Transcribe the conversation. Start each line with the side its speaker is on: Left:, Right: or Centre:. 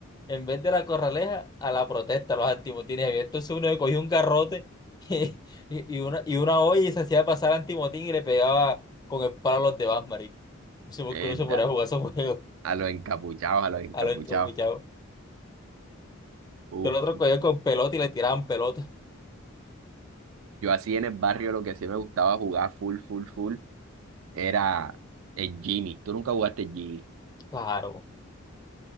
Left: en vez de la corraleja a la protesta, a los antimotines. Había- Entonces uno le cogía un garrote <laughs> y, y una, y una olla y se hacía pasar antimotín y le pegaba con el palo a los demás, marico. No sé por
Right: es
Left: qué uno se ponía
Right: da-
Left: a jugar esos <laughs> juegos
Right: a los encapuchados, a los encapuchados.
Left: a los encapuchados.
Right: Uf.
Left: Que el otro cogía con pelota y le tiraban pelota.
Right: Yo así en el barrio lo que sí me gustaba jugar full, full, full era el Genie. ¿Tú nunca jugaste el Genie?
Left: Claro.